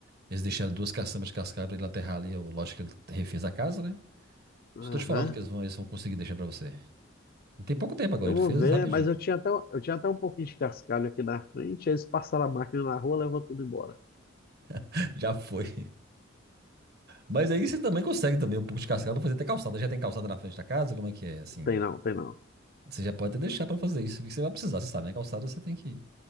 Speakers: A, on the right (about 50°); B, on the left (about 45°).
A: Eles deixaram duas caçambas de cascalho pra ele aterrar ali. Eu, lógico que ele refez a casa, né?
B: Aham.
A: Só tô te falando que eles vão, eles vão conseguir deixar pra você. E tem pouco tempo agora,
B: Eu
A: ele
B: vou
A: fez
B: ver,
A: rapidinho.
B: mas eu tinha até, eu tinha até um pouquinho de cascalho aqui na frente, aí eles passaram a máquina na rua, levou tudo embora.
A: <laughs> Já foi. Mas aí você também consegue também um pouco de cascalho pra fazer até calçada. Já tem calçada na frente da casa? Como é que é, assim?
B: Tem não, tem não.
A: Você já pode até deixar pra fazer isso, porque você vai precisar, você sabe, né? Calçada você tem que